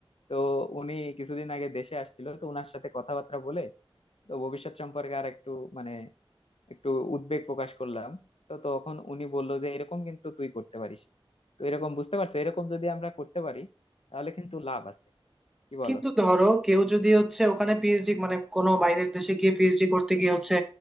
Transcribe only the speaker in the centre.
কিন্তু ধরো কেউ যদি হচ্ছে ওখানে পিএইচডি মানে কোনো বাইরের দেশে গিয়ে পিএইচডি করতে গিয়ে হচ্ছে